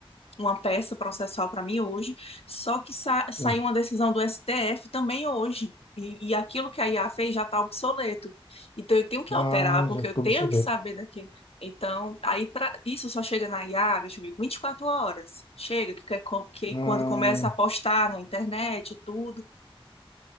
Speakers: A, on the left (about 80°); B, on the left (about 55°).
A: uma peça processual para mim hoje, só que sa- saiu
B: Sim.
A: uma decisão do STF também hoje. E, e aquilo que a IA fez já está obsoleto. Então, eu tenho que
B: Não,
A: alterar, porque
B: já ficou
A: eu tenho
B: obsoleto.
A: que saber daquilo. Então, aí pra, isso só chega na IA, deixa eu ver, 24 horas. Chega, que, que é co- que
B: Não.
A: é quando começa a postar na internet e tudo.